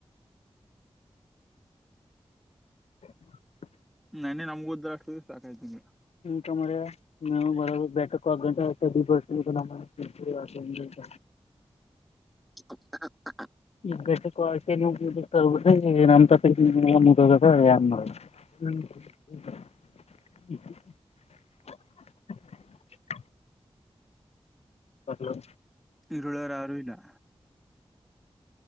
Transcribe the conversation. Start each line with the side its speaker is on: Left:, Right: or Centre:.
Left: <inaudible>
Centre: ನಾನೆ ನಮ್ಗ ಉದ್ರ ಅಷ್ಟು ಸಾಕಾಯ್ತೀನಿ
Left: ಬ ಬೆಕ ಆಟ ಬರ್ <inaudible>
Centre: <unintelligible>
Left: <unintelligible> <unintelligible> <unintelligible> ಹ್ಮ
Centre: ಇರುಳರು ಯಾರುಇಲ್ಲಾ